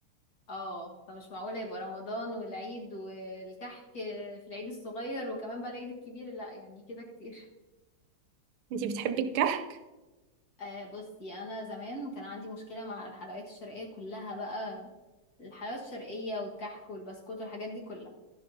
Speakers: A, on the left; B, on the right.
A: اه فمش معقولة يبقى رمضان والعيد والكحك في العيد الصغير وكمان بقى العيد الكبير لا يعني كده كتير
B: انتي بتحبي الكحك
A: آه بصي انا زمان كان عندي مشكله مع الحلويات الشرقيه كلها بقى الحلويات الشرقيه والكحك والبسكوت والحاجات دي كلها